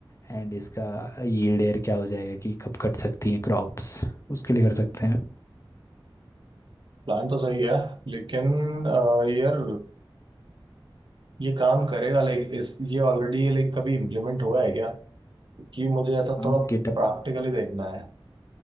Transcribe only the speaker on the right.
प्लान तो सही है लेकिन अ, यार ये काम करेगा लाइक इस ये ऑलरेडी ये लाइक कभी इम्प्लीमेंट हुआ है क्या कि मुझे ऐसा
थोड़ा
प्रैक्टिकली देखना है